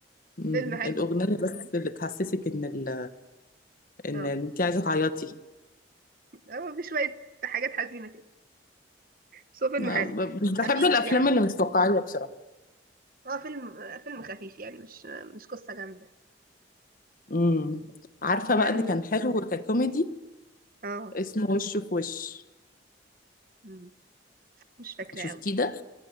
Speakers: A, on the left; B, on the right.
A: إمم،
B: فيلم حلو
A: الأغنية بس
B: مم.
A: اللي تحسّسِك إن ال إن
B: اه
A: أنتِ عايزة تعيّطي.
B: هو في شوية حاجات حزينة كده بس هو فيلم
A: آه،
B: حلو
A: ب- مش بحب
B: خفيف
A: الافلام
B: يعني
A: اللي مش واقعيه بصراحه
B: هو فيلم فيلم خفيف يعني مش مش قصة جامدة
A: امم عارفه
B: يعني
A: بقى اللي
B: م-
A: كان حلو ككوميدي
B: اه
A: اسمه وش في وش
B: مم. مش فاكرة
A: شفتيه
B: قوي
A: ده